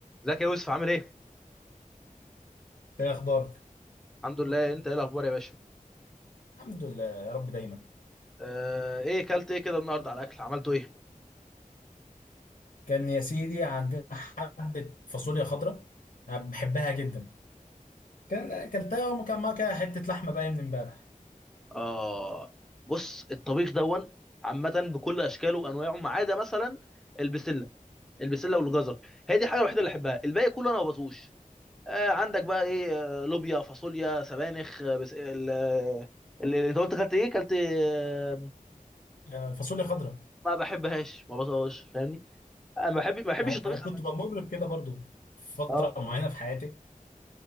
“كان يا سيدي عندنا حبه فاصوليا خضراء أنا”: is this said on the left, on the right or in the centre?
Left